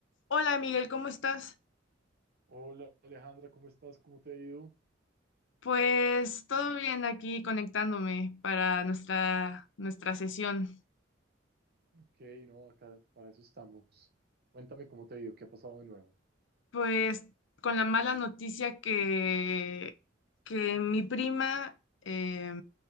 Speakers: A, on the left; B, on the right.
A: Hola Miguel, ¿cómo estás?
B: Hola Alejandra, ¿cómo estás? ¿Cómo te ha ido?
A: Pues todo bien aquí conectándome para nuestra, nuestra sesión.
B: Ok, no, acá para eso estamos. Cuéntame cómo te ha ido, qué ha pasado de nuevo.
A: Pues con la mala noticia que, que mi prima, eh,